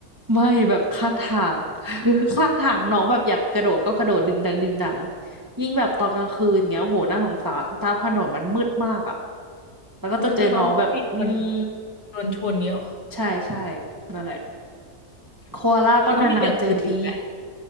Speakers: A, on the right; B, on the left.
A: ไม่แบบข้างทาง <laughs> หรือข้างทางน้องแบบอยากกระโดดก็กระโดดดึงดังดึงดังยิ่งแบบตอนกลางคืนเงี้ยโหน่าสงสารตามถนนมันมืดมากอ่ะแล้วก็จะเจอน้องแบบอืม
B: อุ้ยไม่รามันก็มีคนโดนชนเนี้ยหรอ
A: ใช่ใช่นั่นแหละโคอาล่าก็นานๆเจอที
B: แล้วมีอย่างอื่นอีกไหม